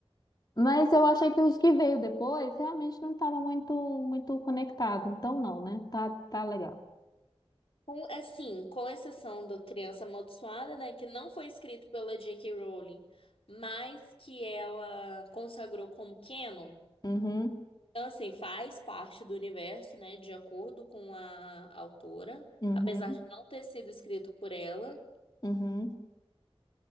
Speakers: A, on the left (about 40°); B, on the left (about 65°).
A: Mas eu achei que os que veio depois realmente não estava muito muito conectado. Então não, né? Tá, tá legal.
B: Com, assim, com exceção da Criança Amaldiçoada, né, que não foi escrito pela J.K. Rowling, mas que ela consagrou como canon.
A: Uhum,
B: Então, assim, faz parte do universo, né, de acordo com a autora,
A: uhum,
B: apesar de não ter sido escrito por ela,
A: uhum,